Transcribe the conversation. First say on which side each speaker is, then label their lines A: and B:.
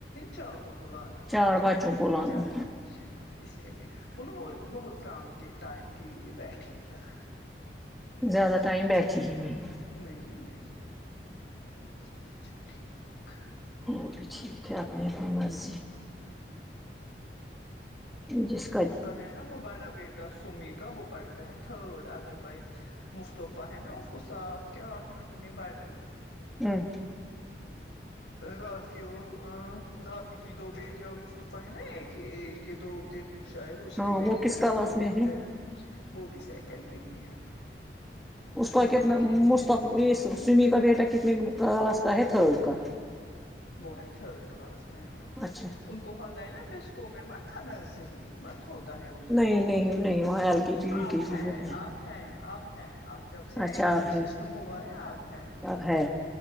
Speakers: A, on the left; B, in the centre.
A: چا کو لانا تھا
B: چار
A: تو میں
B: بچوں
A: اس
B: کو
A: لیے
B: لانا
A: چل رہی اس لیے میں انو وہ بہت کام کے ٹائم کے لیے بیٹھی تھا
B: زیادہ
A: بس
B: ٹائم
A: اچھا
B: بیٹھی
A: ٹھیک
B: ہی نہیں
A: نہیں نہیں بس سب اچھا ٹھیک
B: وہ بھی ٹھیک ہے اپنی اپنی مرضی جیس
A: اس کا ہے نا وہ بڑا بیٹا سمی کا وہ پڑھتا ہے تھرڈ ادر وائز مصطفی ہے نا اس کو سات کے آٹھ مہینے بڑھا
B: ہوں
A: رافیا ا رافی کی دو بیٹں مصطفی ہیں نا اکے ایج کے دو دن شاید اس
B: ہاں
A: کی بیٹیاں
B: وہ کس کلاس
A: پہلے
B: میں
A: ہو گئے
B: ہے
A: وہ بھی سیکنڈ میں ہی ہے
B: اس کا
A: وہ
B: کتنا
A: آ کہہ رہی
B: مستق
A: ہے
B: سمی کا بیٹا کتنے کس کا ہے تھرڈ کا
A: وہ ہیں تھرڈ کلاس میں ہاں
B: اچھا
A: ان کو ہوتا ہے نا بسکو میں مت ہے نرسری مت ہوتا ہے ادھر
B: نہیں نہیں وہاں ایل کی جی
A: اب
B: یو کے
A: ہے
B: جی ہوتا
A: اب ہے اب ہے اب جب سے
B: اچھا
A: این ای
B: اب
A: پی
B: ہے
A: سسٹم ہوا ہے اب ہے
B: اب ہے